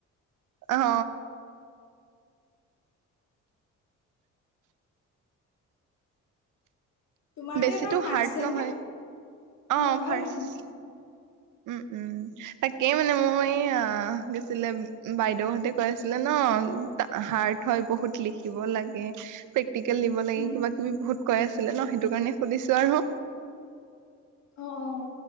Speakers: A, on the right; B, on the left.
A: অ
B: তোমাৰতো
A: বেছিতো
B: এবাৰ ফাৰ্ষ্ট
A: হাৰ্ড
B: চেম
A: নহয়
B: হে
A: অ
B: নহয়
A: ফাৰ্ছ
B: নহয়
A: উম উম তাকেই মানে মোৰ এই আহ কি আছিলে বাইদেউৰ সতে কৈ আছিলে ন তা হাৰ্ট হয় বহুত লিখিব লাগে পেক ৰ্টিকেল দিব লাগে
B: উম,
A: কিবা কিবি বহুত কয় আছিলে ন সেইটো কাৰণে সুধিছো আৰু
B: অ অ